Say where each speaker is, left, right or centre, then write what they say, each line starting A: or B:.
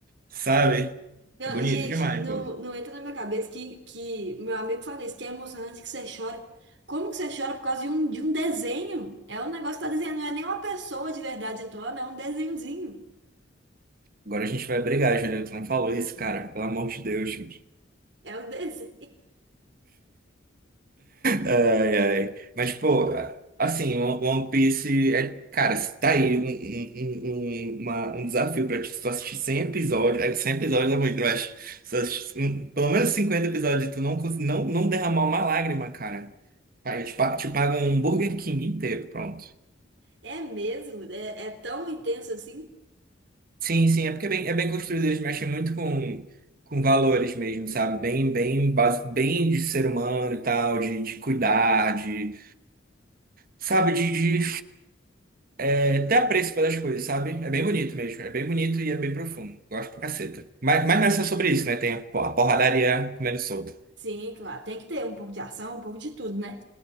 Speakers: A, on the right; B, on the right.
A: Sabe?
B: Não,
A: É bonito
B: gente,
A: demais,
B: não,
A: pô.
B: não entra na minha cabeça que, que meu amigo fala isso, que é emocionante que você chora. Como que você chora por causa de um, de um desenho? É um negócio que tá desenhando, não é nem uma pessoa de verdade atuando, é um desenhozinho.
A: Agora a gente vai brigar, Juliano. Tu não falou isso, cara. Pelo amor de Deus, gente.
B: É um desenho.
A: Ai, ai. Mas, pô, assim, o- o One Piece é, cara, tá aí um, um, um, um, uma- um desafio pra ti. Se tu assistir 100 episódios, é, 100 episódios é muito, mas se tu assistir um- pelo menos 50 episódios, e tu não, cons- não, não derramar uma lágrima, cara. Aí te, pa- te pagam um Burger King inteiro, pronto.
B: É mesmo, é, é tão intenso assim.
A: Sim, sim, é porque é bem, é bem construído, eles mexem muito com, com valores mesmo, sabe? Bem, bem, base, bem de ser humano e tal, de, de cuidar, de. Sabe, de, de É até apreço pelas coisas, sabe? É bem bonito mesmo. É bem bonito e é bem profundo. Gosto pra caceta. Mas, mas não é só sobre isso, né? Tem a po- a porradaria comendo solta.
B: Sim, claro. Tem que ter um pouco de ação, um pouco de tudo, né?